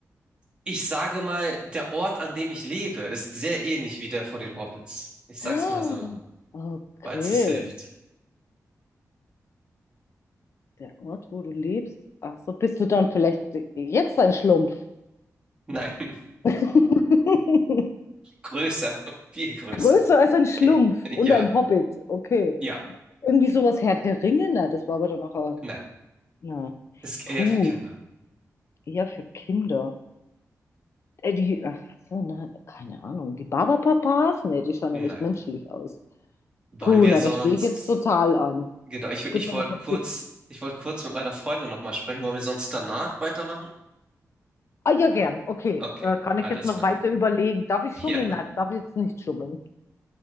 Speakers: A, on the right; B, on the left.
A: ich sage mal, der Ort, an dem ich lebe, ist sehr ähnlich wie der vor den Hobbits. Ich sag's
B: Ah,
A: mal so,
B: Okay,
A: falls es hilft.
B: der Ort, wo du lebst. Ach so, bist du dann vielleicht jetzt ein Schlumpf?
A: Nein,
B: <laughs>
A: <laughs> größer, viel größer.
B: Größer als ein Schlumpf
A: <laughs>
B: und
A: Ja,
B: ein Hobbit. Okay.
A: ja,
B: Irgendwie sowas Herr der Ringe, na, das war aber dann auch. ein-
A: nein.
B: Na.
A: Ist
B: Puh,
A: eher für Kinder.
B: eher für Kinder. Äh, die, ach so, na, keine Ahnung. Die Barbapapas? Nee, die schauen
A: Nein.
B: ja nicht menschlich aus.
A: Wollen
B: Puh,
A: wir
B: na,
A: sonst.
B: da stehe ich jetzt total an.
A: Genau, ich, ich
B: Gib mir
A: wollte
B: noch einen
A: kurz,
B: Tipp.
A: ich wollte kurz mit meiner Freundin nochmal sprechen. Wollen wir sonst danach weitermachen?
B: Ah, ja, gern. Okay.
A: Okay,
B: Äh, kann
A: alles
B: ich jetzt noch
A: klar.
B: weiter überlegen. Darf ich
A: <laughs>
B: schummeln?
A: Ja,
B: Nein, darf ich jetzt nicht schummeln.